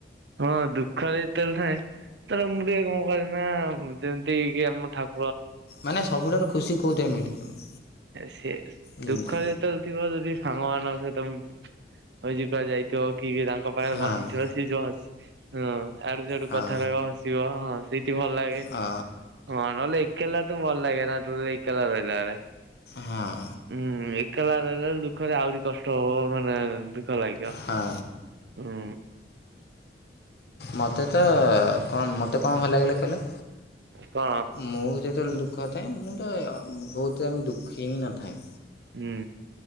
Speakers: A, on the right (about 70°); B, on the left (about 60°).
A: ହଁ ଦୁଃଖରେ ଯେତେବେଳେ ଥାଏ ସେତେଳେ ମୁଁ ଟିକେ କଣ କରେ ନା ଯେମିତି କି ଆମ ଠାକୁ
B: ମାନେ ସବୁଠାରୁ ଖୁସି କୋଉଥିରେ ମିଳେ? ତମକୁ
A: ଏ ସେ
B: ଯେମିତି
A: ଦୁଃଖ ରେ ଯେତେବେଳେ ଥିବ ଯଦି ସାଙ୍ଗ ମାନଙ୍କ ସହିତ ଏଇଜି କୁଆଡେ ଯାଇଥିବ କି କି ତାଙ୍କ ପାଖରେ
B: ହେଲେ
A: ବସିଥିବ ସିଏ ଯୋଉଁ ହସି ହଁ ଆଡୁ ସଡୁ
B: ହଁ
A: କଥା କହିବ ହସିବ ହଁ ସେଇଠି ଭଲ ଲାଗେ
B: ହଁ ଅ
A: ହଁ ନହେଲେ ଏ କେଲା ତ ଭଲ ଲାଗେନା ଟୋଟାଲ ଏକେଲା ରହିଲା ବେଳେ।
B: ହଁ।
A: ହୁଁ ଏକେଲା ରହିଲା ବେଳକୁ ଦୁଃଖରେ ଆହୁରି କଷ୍ଟ ହବ ମାନେ ଦୁଃଖ ଲାଗିବ।
B: ହଁ
A: ହୁଁ।
B: ମୋତେ ତ କଣ ମୋତେ କଣ ଭଲ ଲାଗିଲେ କହିଲ'
A: କଣ
B: ମୁଁ ଯେତବେଳେ ଦୁଃଖ ଥାଏ ମୁଁ ତ ବହୁତ୍ ଟାଇମ୍ ଦୁଃଖି ହିଁ ନ ଥାଏ।
A: ହୁଁ।